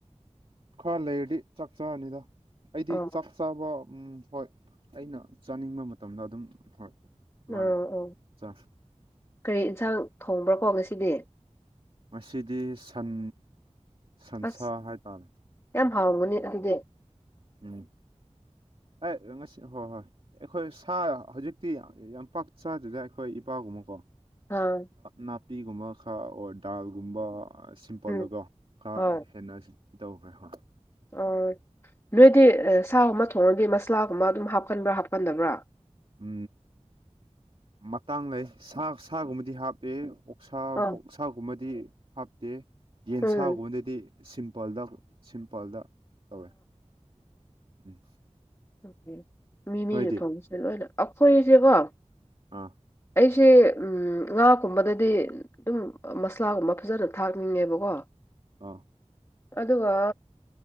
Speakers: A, on the right; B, on the left.
A: ꯈꯔ ꯂꯩꯔꯗꯤ ꯆꯥꯛ ꯆꯥꯔꯅꯤꯗ ꯑꯩꯗꯤ
B: ꯑꯣ
A: ꯆꯥꯛ ꯆꯥꯕ ꯎꯝ ꯍꯣꯏ ꯑꯩꯅ ꯆꯥꯅꯤꯡꯕ ꯃꯇꯝꯗ ꯑꯗꯨꯝ ꯍꯣꯏ ꯑꯗꯨꯃꯥꯏꯅ
B: ꯎꯥ ꯑꯣ
A: ꯆꯥꯏ
B: ꯀꯔꯤ ꯑꯦꯟꯁꯥꯡ ꯊꯣꯡꯕ꯭ꯔꯥꯀꯣ ꯉꯁꯤꯗꯤ
A: ꯃꯁꯤꯗꯤ ꯁꯟ ꯁꯟꯁꯥ
B: ꯑꯁ
A: ꯍꯥꯏꯇꯥꯔꯦ
B: ꯌꯥꯝ ꯍꯥꯎꯒꯅꯤ ꯑꯗꯨꯗꯤ
A: ꯎꯝ ꯑꯦ ꯉꯁꯤ ꯍꯣꯏ ꯍꯣꯏ ꯑꯩꯈꯣꯏ ꯁꯥ ꯍꯧꯖꯤꯛꯇꯤ ꯌꯥꯝ ꯄꯥꯛ ꯆꯥꯗ꯭ꯔꯤꯗ ꯑꯩꯈꯣꯏ ꯏꯄꯥꯥꯎꯒꯨꯝꯕ ꯀꯣ
B: ꯍꯥꯥ
A: ꯅꯥꯄꯤꯒꯨꯝꯕ ꯈꯔ ꯑꯣꯔ ꯗꯥꯜꯒꯨꯝꯕ ꯁꯤꯝꯄꯜꯗꯀꯣ
B: ꯎꯝ
A: ꯈꯔ
B: ꯍꯣꯏ
A: ꯍꯦꯟꯅ ꯁꯤ ꯇꯧꯈ꯭ꯔꯦ ꯍꯣꯏ
B: ꯑꯣ ꯅꯣꯏꯗꯤ ꯁꯥꯒꯨꯝꯕ ꯊꯣꯡꯉꯗꯤ ꯃꯁꯂꯥꯒꯨꯝꯕ ꯑꯗꯨꯝ ꯍꯥꯞꯀꯟꯕ꯭ꯔꯥ ꯍꯥꯞꯄꯟꯗꯕ꯭ꯔꯥ
A: ꯎ ꯃꯇꯥꯡ ꯂꯩ ꯁꯥ ꯁꯥꯒꯨꯝꯕꯗꯤ ꯍꯥꯞꯄꯦ ꯑꯣꯛꯁ
B: ꯑ
A: ꯀꯛꯁꯥꯒꯨꯝꯕꯗꯤ ꯍꯥꯞꯇꯦ ꯌꯦꯟꯁꯥꯒꯨꯝꯕꯗꯗꯤ
B: ꯎꯝ
A: ꯁꯤꯝꯄꯜꯗ ꯁꯤꯝꯄꯜꯗ ꯇꯧꯋꯦ ꯎꯝ
B: ꯑꯣ ꯃꯤ ꯃꯤꯁꯨ
A: ꯅꯣꯏꯗꯤ
B: ꯊꯣꯡꯕꯁꯦ ꯂꯣꯏꯅ ꯑꯩꯈꯣꯏꯁꯦꯕꯣ
A: ꯑꯥ
B: ꯑꯩꯁꯦ ꯉꯥꯀꯨꯝꯕꯗꯗꯤ ꯑꯗꯨꯝ ꯃꯁꯂꯥꯒꯨꯝꯕ ꯐꯖꯅ ꯊꯥꯛꯅꯤꯡꯉꯦꯕꯀꯣ
A: ꯑꯥ
B: ꯑꯗꯨꯒ